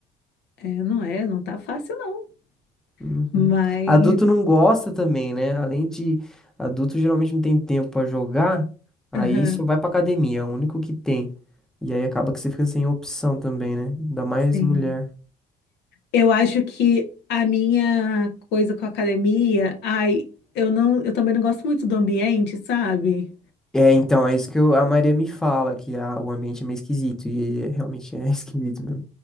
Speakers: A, on the left; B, in the centre.
A: É, não é, não tá fácil não.
B: Uhum.
A: Mas,
B: Adulto não gosta também, né? Além de adulto geralmente não tem tempo pra jogar, aí
A: aham,
B: só vai pra academia, é o único que tem. E aí acaba que você fica sem opção também, né? Ainda mais
A: sim.
B: mulher.
A: Eu acho que a minha coisa com a academia, ai, eu não, eu também não gosto muito do ambiente, sabe?
B: É, então, é isso que eu- a Maria me fala, que a- o ambiente é meio esquisito, e realmente é <laughs> esquisito mesmo.